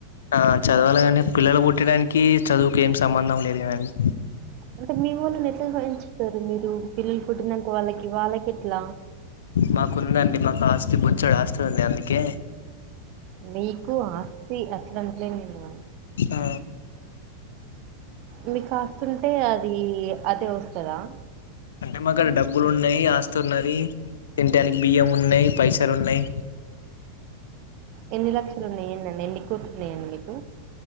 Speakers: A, on the left (about 65°); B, on the right (about 40°).
A: ఆ చదవాలెగా అండి పిల్లలు పుట్టడానికీ చదువుకి ఏం సంబంధం లేదు గదండి.
B: అంటే మీ ఓళ్ళని ఎట్ల భరించుతరు మీరు పిల్లల్ పుట్టినంక వాళ్ళకి వాళ్ళకెట్లా
A: మాకుందండి మాకు ఆస్తి బొచ్చాడు ఆస్తుంది అందుకే,
B: నీకు ఆస్తి అట్లాంటలే నేను,
A: ఆ
B: మీ కాస్తుంటే అది అదే వస్తుదా,
A: అంటే మాక్కడ డబ్బులు ఉన్నాయి ఆస్తున్నది. తినడానికి బియ్యం ఉన్నాయి పైసలు ఉన్నాయి.
B: ఎన్ని లక్షలున్నాయిండి ఎన్ని కోట్లు ఉన్నాయండి మీకు,